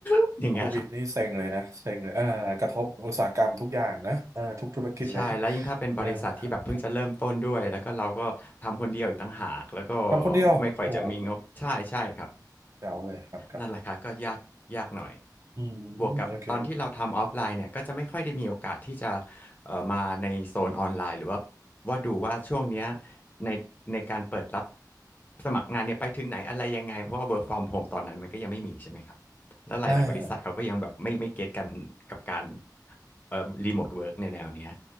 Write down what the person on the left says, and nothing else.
บอย่างเงี้ยครับ
ใช่แล้วยิ่งถ้าเป็นบริษัทที่แบบเพิ่งจะเริ่มต้นด้วยแล้วก็เราก็ทำคนเดียวอีกต่างหากแล้วก็
ไม่ค่อยจะมีงบใช่ใช่ครับ
นั่นแหละครับก็ยากยากหน่อย
บวกกับตอนที่เราทำออฟไลน์เนี่ยก็จะไม่ค่อยได้มีโอกาสที่จะเอ่อมาในโซนออนไลน์หรือว่าว่าดูว่าช่วงเนี้ยในในการเปิดรับสมัครงานเนี่ยไปถึงไหนอะไรยังไงเพราะว่า work from home ตอนนั้นมันก็ยังไม่มีใช่ไหมครับแล้วหลายๆบริษัทเขาก็ยังแบบไม่ไม่เก็ตกันกับการ
เอ่อรีโมทเวิร์กในแนวเนี้ย